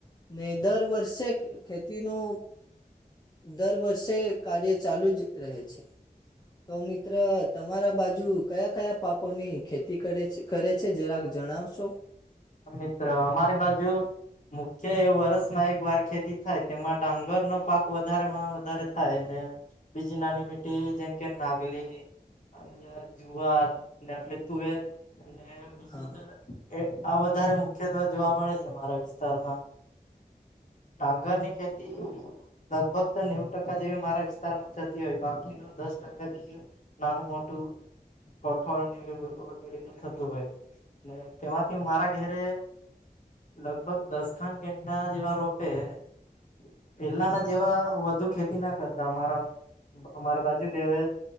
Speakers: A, on the left; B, on the left.
A: નહી દર વર્ષે ખેતી નો દર વર્ષે કાર્ય ચાલુ જ રહે છે. તો મિત્ર તમારા બાજુ કયા કયા પાકોની ખેતી કરે છે કરે. તે જરાક જણાવશો.
B: મિત્ર અમારી બાજુ મુખ્ય એ વર્ષમાં એક વાર ખેતી થાય તેમાં ડાંગરનો પાક વધારેમાં વધારે થાય ને બીજી નાની મીઠી જેમ કે નાગલી અન્ય જુવાર આપલે તુવેર બીજી
A: હા
B: આવત વધારે મુખ્યત્વે જોવા મળે છે મારા વિસ્તારમાં. ડાંગર ની ખેતી લગભગ તો નેવ ટકા જેવી મારા વિસ્તારમાં થતી હોય બાકીનું દસ ટકા બીજું નાનુ મોટું કઠોળ ની વગેરે નું થતું હોય ને તેમાંથી મારા ઘેરે લગભગ દસ ખાન કેન્ડા જેવા રોપે છે. પેલાના
A: હા
B: જેવા વધુ ખેતી ના કરતા અમારા અમારે બાજુ હવે.